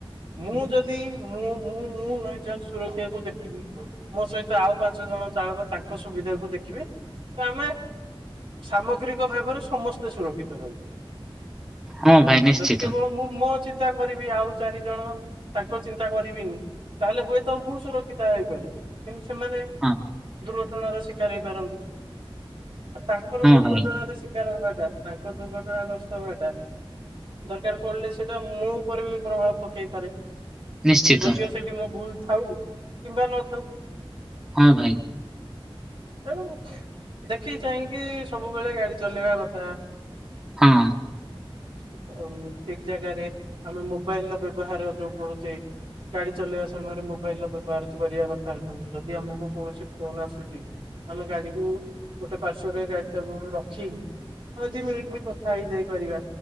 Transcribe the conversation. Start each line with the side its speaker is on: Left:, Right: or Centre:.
Right: ମୁଁ ଯଦି ମୁଁ ମୁଁ ମୁଁ ମୋ ନିଜ ସୁରକ୍ଷାକୁ ଦେଖିବି ମୋ ସହିତ ଆଉ ପାଞ୍ଚ ଜଣ ଚାଳକ ତାଙ୍କ ସୁବିଧାକୁ ଦେଖିବେ ତ ଆମେ ସାମଗ୍ରୀକ ଭାବରେ ସମସ୍ତେ ସୁରକ୍ଷିତ ରହିବେ।
Centre: ହଁ ଭାଇ ନିଶ୍ଚିତ।
Right: ଯଦି କେବଳ ମୁଁ ମୋ ଚି ଚିନ୍ତା କରିବି ଆଉ ଚାରି ଜଣ ତାଙ୍କ ଚିନ୍ତା କରିବିନି। ତାହେଲେ ହୁଏତ ମୁଁ ସୁରକ୍ଷିତ ହେଇପାରେ କିନ୍ ସେମାନେ
Centre: ହଁ,
Right: ଦୁର୍ଘଟଣାର ଶିକାର ହେଇପାରନ୍ତି। ଆ ତାଙ୍କର
Centre: ହଁ
Right: ଦୁର୍ଘଟଣାର
Centre: ଭାଇ
Right: ଶିକାର ହବାଟା ତାଙ୍କର ଦୁର୍ଘଟଣା ଗ୍ର ସବ ଏଟା ଦରକାର ପଡିଲେ ସେଇଟା ମୁଁ ଉପରେ ବି ପ୍ରଭାବ ପକେଇ ପାରେ।
Centre: ନିଶ୍ଚିତ।
Right: ଯଦିଓ ସେଠି ମୋ ଭୁଲ ଥାଉ କିମ୍ବା ନଥାଉ।
Centre: ହଁ ଭାଇ।
Right: ତେଣୁ ଦେଖି ଚାହିଁକି ସବୁବେଳେ ଗାଡି ଚଲେଇବା କଥା।
Centre: ହୁଁ।
Right: ଉଁ ଠିକ ଜାଗାରେ ଆମେ ମୋବାଇଲ ର ବ୍ୟବହାର ଯୋଉ କରୁଛେ ଗାଡି ଚ ଚଲେଇବା ସମୟରେ ମୋବାଇଲର ବ୍ୟବହାର କିଛି କରିବା କଥା ନୁହଁ ଯଦି ଆମକୁ କୌଣସି ଫୋନ ଆସୁଛି। ଆମେ ଗାଡିକୁ ଗୋଟେ ପାର୍ଶ୍ଵରେ ଗାଡିଟାକୁ ରଖି ଆମେ ଦି ମିନିଟ ବି କଥା ହେଇଯାଇ କରିବା